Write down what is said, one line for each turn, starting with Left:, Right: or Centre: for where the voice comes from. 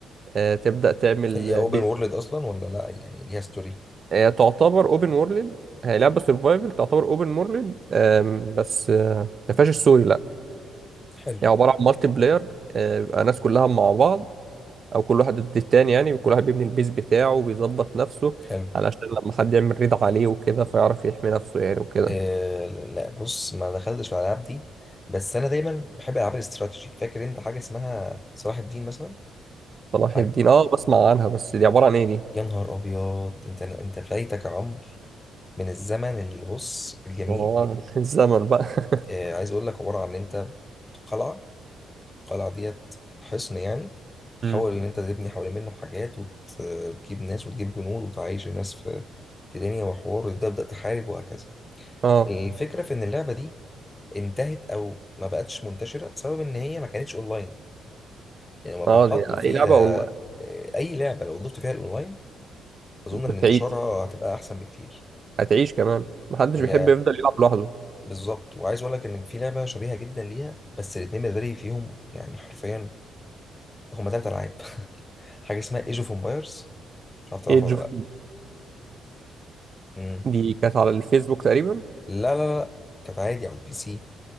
Right: آه، تبدا تعمل
Left: هي
Right: آه،
Left: اوبن
Right: بيت
Left: وورلد اصلا ولا لا يعني ليها ستوري
Right: هي تعتبر اوبن وورلد هي لعبه سرفايفل تعتبر اوبن وورلد بس آه، ما فيهاش السوري لا
Left: حلو
Right: يعني عباره عن مالتي بلاير آه، بيبقى ناس كلها مع بعض او كل واحد ضد التاني يعني كل واحد بيبني البيز بتاعه وبيظبط نفسه
Left: حلو
Right: علشان لما حد يعمل ريد عليه وكده فيعرف يحمي نفسه يعني وكده
Left: آه لا بص ما دخلتش في الالعاب دي بس انا دايما بحب العاب الاستراتيجي فاكر انت حاجه اسمها صلاح الدين مثلا
Right: صلاح
Left: حاجه
Right: الدين اه بسمع عنها بس دي عباره عن ايه دي؟
Left: يا نهار ابيض انت انت فايتك عمر من الزمن اللي بص الجميل
Right: عبارة عن <laughs> الزمن بقى <laughs>
Left: آه عايز اقول لك عباره عن ان انت قلعه القلعه ديت حصن يعني تحاول
Right: مم.
Left: ان انت تبني حوالين منه حاجات وتجيب ناس وتجيب جنود وتعيش الناس في في دنيا وحوار وتبدا تحارب وهكذا
Right: اه
Left: الفكره في ان اللعبه دي انتهت او ما بقتش منتشره بسبب ان هي ما كانتش اونلاين يعني لو
Right: اه
Left: كان حطوا
Right: دي
Left: فيها
Right: اي لعبه والله
Left: آه، اي لعبه لو ضفت فيها الاونلاين اظن
Right: بتعيش
Left: ان انتشارها هتبقى احسن بكتير
Right: هتعيش كمان محدش
Left: هي
Right: بيحب يفضل يلعب لوحده
Left: بالظبط وعايز اقول لك ان في لعبه شبيهه جدا ليها بس الاثنين بالنسبه لي فيهم يعني حرفيا هما ثلاث العاب <laughs> حاجه اسمها ايج اوف امبايرز مش عارف تعرفها
Right: ايج
Left: ولا
Right: اوف
Left: لا مم.
Right: دي كانت على الفيسبوك تقريبا
Left: لا لا لا كانت عادي على البي سي